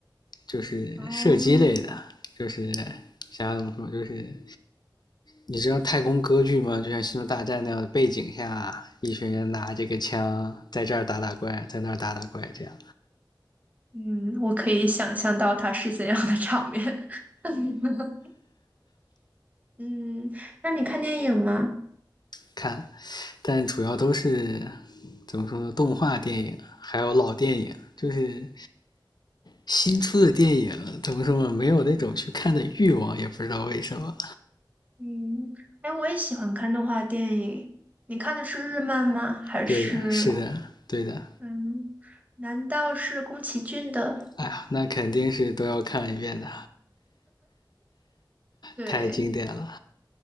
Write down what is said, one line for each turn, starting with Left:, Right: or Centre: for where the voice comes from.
Left: 就是射击类的，
Right: 哦，
Left: 就是想要怎么说，就是你知道太空歌剧吗？就像《星球大战》那样的背景下，一群人拿这个枪在这儿打打怪，在那儿打打怪，这样
Right: 嗯，我可以想象到它是怎样的场面。<laughs> 嗯，那你看电影吗？
Left: 看。但主要都是怎么说呢？动画电影还有老电影，就是新出的电影怎么说呢？没有那种去看的欲望，也不知道为什么。
Right: 嗯，哎，我也喜欢看动画电影。你看的是日漫吗？还是
Left: 对的，是的，对的。
Right: 嗯，难道是宫崎骏的？
Left: 哎呀，那肯定是都要看一遍的，
Right: 对，
Left: 太经典了。